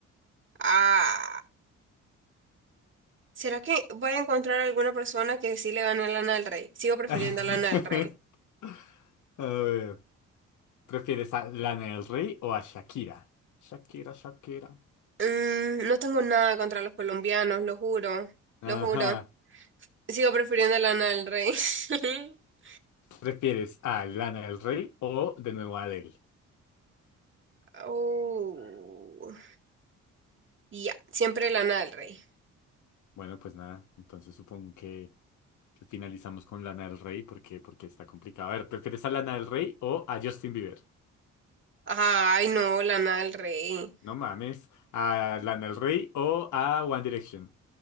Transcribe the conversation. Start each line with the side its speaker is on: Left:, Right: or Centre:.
Right: Ay. ¿Será que voy a encontrar alguna persona que sí le gane a Lana del Rey? Sigo prefiriendo
Left: <laughs>
Right: a Lana del Rey.
Left: A ver, ¿prefieres a Lana del Rey o a Shakira? Shakira, Shakira.
Right: Mm, no tengo nada contra los colombianos, lo juro,
Left: Ajá.
Right: lo juro. Sigo prefiriendo Lana del Rey. <laughs>
Left: ¿Prefieres a Lana del Rey o de nuevo a Adele?
Right: Oh, ya, siempre Lana del Rey.
Left: Bueno, pues nada, entonces supongo que, que finalizamos con Lana del Rey porque, porque está complicado. A ver, ¿prefieres a Lana del Rey o a Justin Bieber?
Right: Ay, no, Lana del Rey.
Left: No mames. ¿A Lana del Rey o a One Direction?